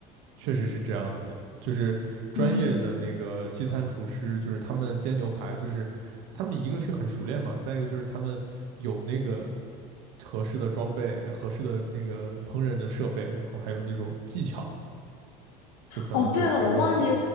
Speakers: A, on the right; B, on the left.
A: 确实是这样子的，就是专业的那个西餐厨师，
B: 嗯，
A: 就是他们煎牛排，就是他们一个是很熟练嘛，再一个就是他们有那个合适的装备、合适的这个烹饪的设备，然后还有那种技巧，就可能就是把肉的
B: 哦，对了，我忘记